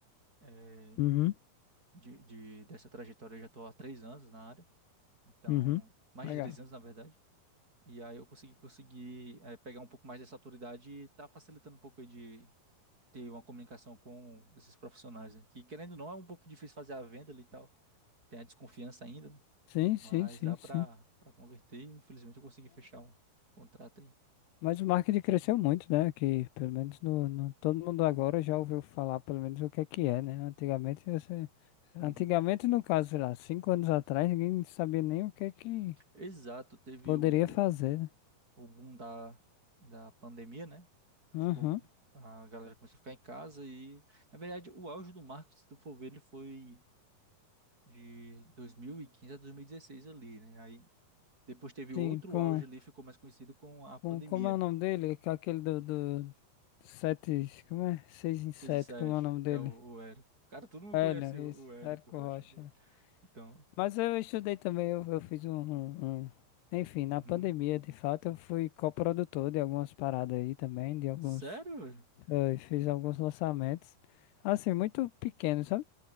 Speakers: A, on the right; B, on the left.
A: eh,
B: Uhum.
A: de, de- dessa trajetória. Eu já estou há três anos na área, então
B: Uhum.
A: mais
B: Legal.
A: de três anos na verdade. E aí eu consegui consegui eh, pegar um pouco mais dessa autoridade e tá facilitando um pouco aí de ter uma comunicação com esses profissionais, né, que querendo ou não é um pouco difícil fazer a venda ali e tal. Tem a desconfiança ainda, né,
B: Sim,
A: Mas
B: sim, sim,
A: dá pra
B: sim.
A: para converter. E, Infelizmente eu consegui fechar um contrato aí.
B: Mas o marketing cresceu muito, né? Que pelo menos no, no- todo mundo agora já ouviu falar, pelo menos o que é que é, né? Antigamente você, antigamente
A: Uhum.
B: no caso, sei lá, cinco anos atrás, ninguém sabia nem o que é que
A: Exato, teve
B: poderia
A: o,
B: fazer. né?
A: o, o boom da, da pandemia, né?
B: Aham.
A: Tipo, a galera começou a ficar em casa e, na verdade, o auge do marketing, se tu for ver, ele foi de 2015 a 2016 ali, né? Aí depois teve outro
B: Sim, com,
A: auge ali, ficou mais conhecido com a
B: com
A: pandemia,
B: como é
A: né?
B: o nome dele? Com Aquele do, do sete, como é? Seis em
A: seis
B: sete,
A: e sete
B: como é o nome dele?
A: que é o, o Érico. Cara, todo mundo
B: Hélio,
A: conhece o,
B: isso,
A: o Érico
B: Érico
A: Rocha,
B: Rocha.
A: cara. Então,
B: Mas eu estudei também, eu, eu fiz um, um- um- Enfim, na
A: hum.
B: pandemia, de fato, eu fui coprodutor de algumas paradas aí também, de alguns.
A: Sério, velho?
B: eh, fiz alguns lançamentos. Assim, muito pequeno, sabe?